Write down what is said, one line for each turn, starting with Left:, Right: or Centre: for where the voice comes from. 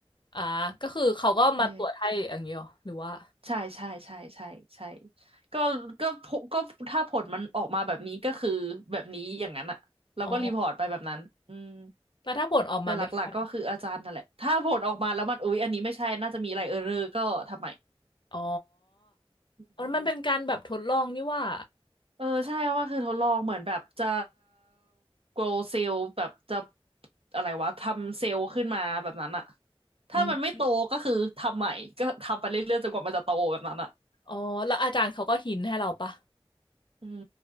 Left: อ่าก็คือเขาก็มาตรวจให้อย่างนี้หรอหรือว่า
Right: เออใช่ใช่ใช่ใช่ใช่ก็ก็ผก็ถ้าผลมันออกมาแบบนี้ก็คือแบบนี้อย่างนั้นอะเราก็รีพอร์ตไปแบบนั้นอืม
Left: อ๋อแล้วถ้าผลออกมาไม่ใช่
Right: แต่หลักๆก็คืออาจารย์นั่นแหละถ้าผลออกมาแล้วมันอุ๊ยอันนี้ไม่ใช่น่าจะมีอะไรเออร์เรอร์ก็ทำไม
Left: อ๋ออ๋อมันเป็นการแบบทดลองนี่ว่า
Right: อืม เออใช่ว่าคือทดลองเหมือนแบบจะ grow เซลล์แบบจะอะไรวะทำเซลล์ขึ้นมาแบบนั้นอะถ้ามันไม่โตก็คือทำใหม่ก็ทำไปเรื่อยๆจนกว่ามันจะโตแบบนั้นอะ
Left: อืมอ๋อแล้วอาจารย์เขาก็หินให้เราปะ
Right: อืม